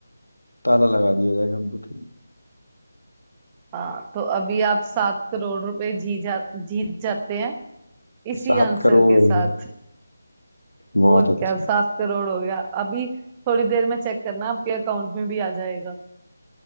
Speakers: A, on the left (about 80°); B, on the right (about 15°).
A: ताला लगा दिया जाएगा कंप्यूटर में।
B: हाँ तो अभी आप सात करोड़ रुपए जी जा जीत जाते हैं इसी
A: सात
B: आंसर
A: करोड़
B: के
A: हो
B: साथ
A: गया बहुत
B: और
A: अच्छा
B: क्या सात करोड़ हो गया अभी थोड़ी देर में चेक करना आपके अकाउंट में भी आ जाएगा